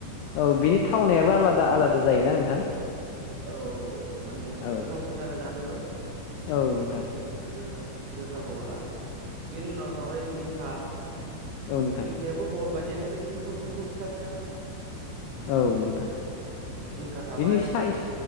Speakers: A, on the left; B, on the right.
A: औ बिनि थावनायाबो
B: जोसा
A: आलादा
B: मैगं
A: आलादा जायोना नोंथां?
B: औ औ औ माने
A: औ
B: गोथावसिन आरो जानोबो
A: औ नोंथां।
B: जोसा जोसा बहला बेनि उनाव थाबाय जिंखा
A: औ नोंथां
B: जिंखायाबो बहल बादि दियानो खिन्थु थुमफ्रु थुमफ्रु फिसा फिसा।
A: औ नोंथां
B: जिंखा थाबाय
A: बिनि साइस